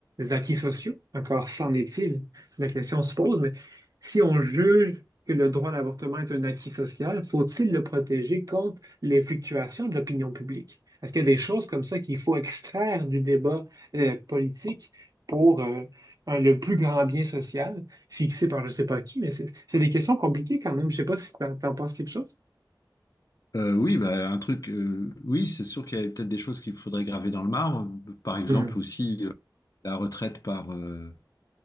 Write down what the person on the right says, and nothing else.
acquis sociaux? Encore s'en est-il, la question se pose, mais si on juge que le droit à l'avortement est un acquis social, faut-il le protéger contre les fluctuations de l'opinion publique? Est-ce qu'il y a des choses comme ça qu'il faut extraire du débat euh, politique pour euh, un- le plus grand bien social fixé par je ne sais pas qui, mais c'est c'est des questions compliquées quand même. Je ne sais pas si tu en penses quelque chose.
Mhm.